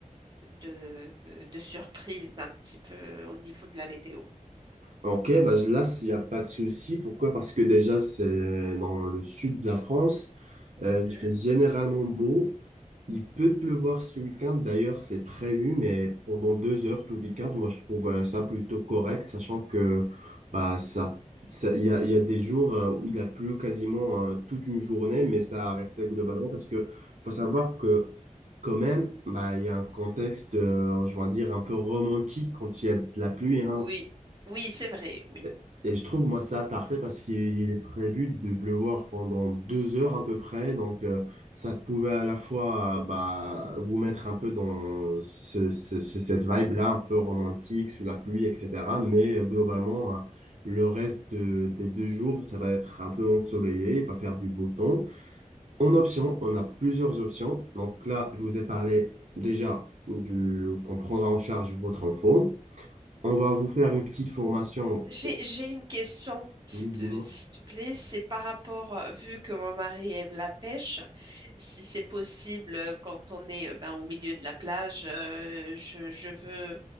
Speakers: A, on the right (about 30°); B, on the right (about 65°).
A: de, de surprise un petit peu au niveau de la météo.
B: Ok, bah là, il n'y a pas de souci. Pourquoi? Parce que déjà, c'est dans le sud de la France.
A: Mhm.
B: Euh, il fait généralement beau. Il peut pleuvoir ce week-end. D'ailleurs, c'est prévu, mais pendant deux heures tout le week-end, moi, je trouve euh, ça plutôt correct, sachant que bah, ça, ça- il y a, il y a des jours euh, où il a plu quasiment euh, toute une journée, mais ça restait globalement parce que faut savoir que quand même, bah, il y a un contexte, euh, je vais dire, un peu romantique quand il y a de la pluie. hein.
A: Oui, oui, c'est vrai, oui.
B: Et et je trouve, moi, ça parfait parce qu'il est prévu de pleuvoir pendant deux heures à peu près. Donc, euh, ça pouvait à la fois euh, bah, vous mettre un peu dans ce- ce- ce- cette vibe-là, un peu romantique, sous la pluie, etc. Mais euh, globalement, euh, le reste de- des deux jours, ça va être un peu ensoleillé, il va faire du beau temps. En option, on a plusieurs options. Donc là, je vous ai parlé déjà du qu'on prendra en charge votre enfant. On va vous faire une petite formation.
A: J'ai, j'ai une question, s'il
B: Oui,
A: te,
B: dis-moi.
A: s'il te plaît. C'est par rapport, euh, vu que mon mari aime la pêche, si c'est possible, euh, quand on est euh, ben, au milieu de la plage, euh, je, je veux.